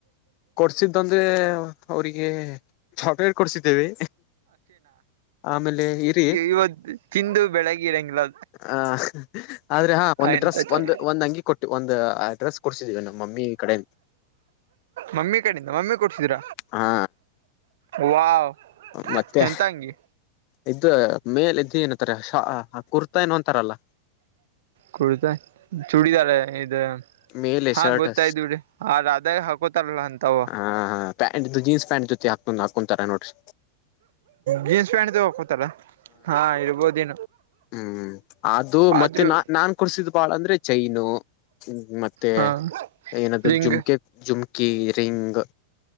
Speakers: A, on the left; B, on the right.
A: ಕೊಡ್ಸಿದಂದ್ರೆ ಅವ್ರಿಗೆ <unintelligible> ಕೊಡ್ಸಿದ್ದೇವಿ ಆಮೇಲೆ ಇರಿ.
B: ಇವತ್ತು. ತಿಂದು ಬೆಳಗಿ ಇರಂಗಲ.
A: ಹ ಆದ್ರೆ ಹಾ ಒಂದ
B: ಎಂತ
A: ಡ್ರೆಸ್
B: ಚಲ
A: ಒಂದು ಒಂದ್ ಅಂಗಿ ಕೊಟ್ಟ. ಒಂದು ಅಡ್ರೆಸ್ ಕೊಡ್ಸಿದೀವಿ ನಮ್ಮ ಮಮ್ಮಿ ಕಡೆ.
B: ಮಮ್ಮಿ ಕಡೆಯಿಂದ ಮಮ್ಮಿ ಕೊಡ್ಸಿದ್ರ
A: ಹಾ
B: ವಾವ್.
A: ಮತ್ತೆ
B: ಎಂತ ಅಂಗಿ
A: ಇದ್ದ ಮೇಲೆದು ಏನಂತಾರೆ ಕುರ್ತಾ ಏನು ಅಂತಾರಲ್ಲ.
B: ಕುಡಿತಾ ಚೂಡಿದಾರ ಇದ್.
A: ಮೇಲೆ
B: ಹಾ
A: ಶರ್ಟ್
B: ಗೊತ್ತಾಯ್ತುರಿ
A: ಹ
B: ಆ ರಾಧಾಗ ಹಾಕೋತಾರಲ್ಲ ಅಂತವ.
A: ಹಾ ಹಾ ಪ್ಯಾಂಟ್ ಜೀನ್ಸ್ ಪ್ಯಾಂಟ್ ಜೊತೆ ಹಾಕೊಂಡ್ ಹಾಕೊಂತಾರ ನೋಡ್ರಿ.
B: ಜೀನ್ಸ್ ಪ್ಯಾಂಟ್ ತ ಹೋಗಕೋತಲ್ಲ ಹಾ ಇರ್ಬೋದು.
A: ಹ್ಮ್ ಅದು
B: ಆದ್ರೂ
A: ಮತ್ತೆ ನಾ ನಾನ್ ಕುಡ್ಸಿದ ಬಾಳ ಅಂದ್ರೆ ಚೈನು. ಹ್ಮ್ ಮತ್ತೆ
B: ಹಾ
A: ಏನಾದ್
B: ರಿಂಗ್
A: ಜುಮ್ಕೆ. ಜುಮ್ಕಿ, ರಿಂಗ್,